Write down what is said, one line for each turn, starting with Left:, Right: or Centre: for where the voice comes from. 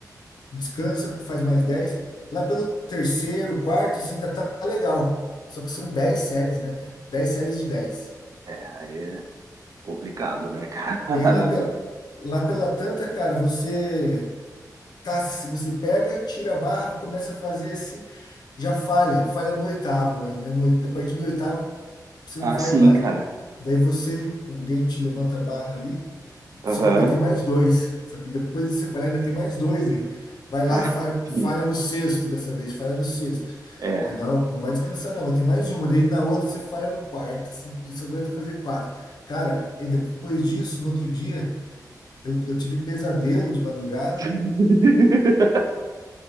Left: Descansa, faz mais dez Lá pelo terceiro, quarto, você ainda tá legal. Só que são 10 séries, né, cara? dez séries de dez
Right: É, aí é. Complicado, né, cara? <laughs>
Left: E aí
Right: Caramba.
Left: lá, pel, lá pela tanta, cara, você Tá, se você pega, tira a barra, começa a fazer assim, já falha, falha no oitavo, mais ou menos. no oit- A partir do oitavo, você
Right: Ah,
Left: não faz
Right: sim,
Left: mais.
Right: cara.
Left: Daí você, alguém te levanta a barra ali,
Right: Aham.
Left: só que ainda tem mais dois. Só que depois de você falhar, ainda tem mais dois ainda. Vai
Right: Cara,
Left: lá, fa-
Right: sim.
Left: falha no sexto dessa vez, falha no sexto.
Right: É.
Left: Daí, não, não vai descansar, não, vai ter mais uma. Daí na outra você falha no quarto, assim, e só aguenta fazer quatro. Cara, e depois disso, no outro dia, eu, eu tive pesadelo de madrugada
Right: <laughs>